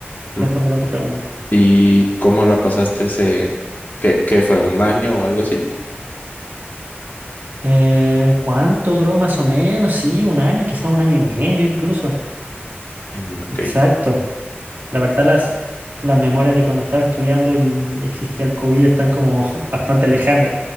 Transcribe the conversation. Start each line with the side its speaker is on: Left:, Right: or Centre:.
Left: Mm.
Right: respondiendo a tu pregunta.
Left: ¿Y cómo la pasaste ese, qué, qué fue, un año o algo así?
Right: Eh, ¿cuánto duró más o menos? Sí, un año, quizá un año y medio incluso.
Left: Mm, Ok,
Right: Exacto. La verdad, las, las memorias de cuando estaba estudiando y existía el COVID están como <laughs> bastante lejanas.